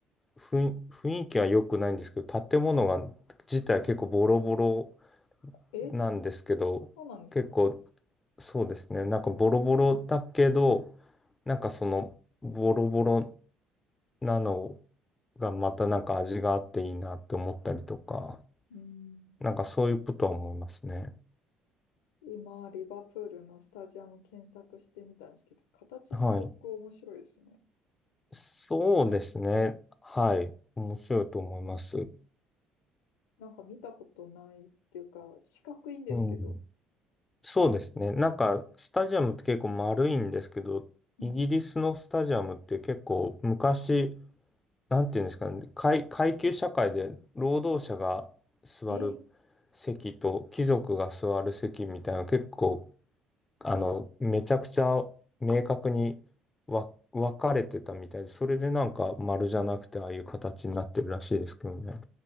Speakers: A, on the left; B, on the left.
A: 雰囲、雰囲気は良くないんですけど、建物が自体結構ボロボロ
B: え、
A: なんですけど、
B: そうなんですか
A: 結構そうですね、なんかボロボロだけど、なんかそのボロボロなのがまたなんか味があっていいなって思ったりとか、
B: うーん。
A: なんかそういうことは思いますね。
B: 今、リバプールのスタジアム検索してみたんですけど、形すごく面白いですね。
A: はい。そうですね。はい。面白いと思います。
B: なんか見たことないっていうか、四角いんですけど。
A: うん。そうですね。なんか、スタジアムって結構丸いんですけど、
B: うん
A: イギリスのスタジアムって結構昔、なんていうんですかね、階、階級社会で労働者が座る
B: え、
A: 席と貴族が座る席みたいな結構、あの、めちゃくちゃ明確にわ分かれてたみたいで、それでなんか丸じゃなくてああいう形になってるらしいですけどね。